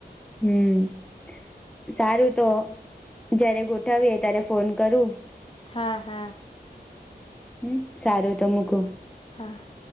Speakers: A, in the centre; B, on the left.
A: હમ્મ સારું તો જયારે ગોઠવીએ ત્યારે ફોન કરું.
B: હા હા.
A: હમ્મ સારું તો મૂકું.
B: હા.